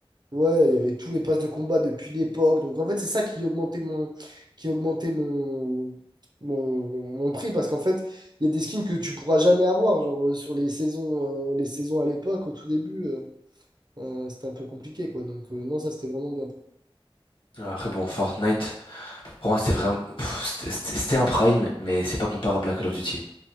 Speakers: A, on the right; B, on the left.
A: Ouais, il y avait tous les passes de combat depuis l'époque. Donc, en fait, c'est ça qui augmentait mon, qui augmentait mon, mon, mon prix. Parce qu'en fait, il y a des skins que tu pourras jamais avoir. Genre, euh, sur les saisons, euh, les saisons à l'époque, au tout début, euh, euh, c'était un peu compliqué, quoi. Donc, euh, non, ça, c'était vraiment bien.
B: Alors Après, bon, Fortnite, pour moi, c'était vraiment, pff, c'était c'était- c'était un prime, mais c'est pas comparable à Call of Duty.